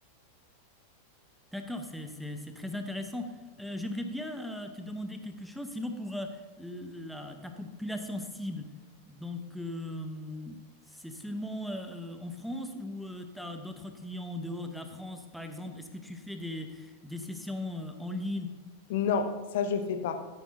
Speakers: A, in the centre; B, on the left (about 55°).
A: D'accord, c'est, c'est, c'est très intéressant. Euh, j'aimerais bien euh, te demander quelque chose, sinon pour euh, la, ta population cible. Donc, euh, c'est seulement euh, euh, en France ou tu as d'autres clients en dehors de la France, par exemple? Est-ce que tu fais des, des sessions euh, en ligne
B: Non, ça je fais pas.